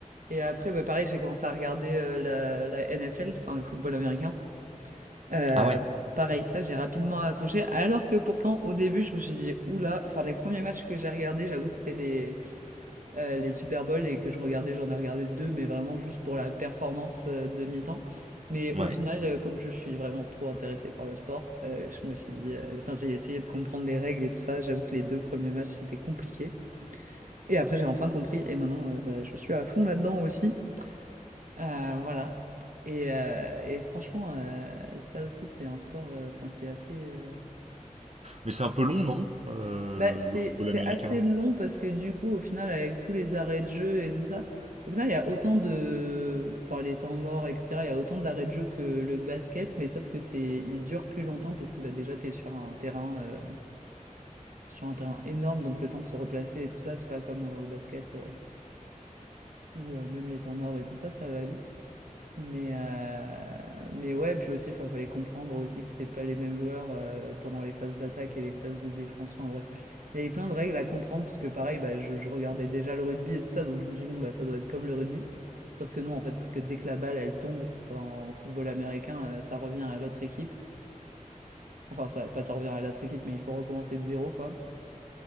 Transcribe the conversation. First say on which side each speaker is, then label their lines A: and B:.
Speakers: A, on the right (about 80°); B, on the right (about 55°).
A: Et après, bah, pareil, j'ai commencé à regarder euh, la, la NFL, enfin le football américain. Euh,
B: Ah ouais,
A: pareil, ça, j'ai rapidement accroché. Alors que pourtant, au début, je me suis dit, oula, enfin, les premiers matchs que j'ai regardés, j'avoue, c'était les, euh, les Super Bowl et que je regardais, j'en ai regardé deux, mais vraiment juste pour la performance euh, de mi-temps. Mais
B: ouais.
A: au final, euh, comme je suis vraiment trop intéressée par le sport, euh, je me suis dit, euh, enfin, j'ai essayé de comprendre les règles et tout ça. J'avoue que les deux premiers matchs, c'était compliqué. Et après, j'ai enfin compris, et maintenant, euh, bah, je suis à fond là-dedans aussi. Euh, voilà. Et, euh, et franchement, euh, ça aussi, c'est un sport. euh, Enfin, c'est assez. euh,
B: Mais c'est un peu long, non, Euh,
A: Bah,
B: le,
A: c'est
B: le football
A: c'est
B: américain?
A: assez long parce que du coup, au final, avec tous les arrêts de jeu et tout ça, au final, il y a autant de, enfin, les temps morts, etc. Il y a autant d'arrêts de jeu que le basket, mais sauf que c'est, il dure plus longtemps parce que bah, déjà, t'es sur un terrain, euh, sur un terrain énorme, donc le temps de se replacer et tout ça, c'est pas comme euh, au basket euh, où euh, même les temps morts et tout ça, ça va vite. Mais, euh, mais ouais, puis aussi, il fallait comprendre aussi que c'était pas les mêmes joueurs euh, pendant les phases d'attaque et les phases de défense. Enfin bref, il y avait plein de règles à comprendre parce que pareil, bah, je, je regardais déjà le rugby et tout ça, donc je me suis dit, bon, bah, ça doit être comme le rugby. Sauf que non, en fait, parce que dès que la balle, elle tombe en football américain, euh, ça revient à l'autre équipe. Enfin, ça, pas ça revient à l'autre équipe, mais il faut recommencer de zéro, quoi.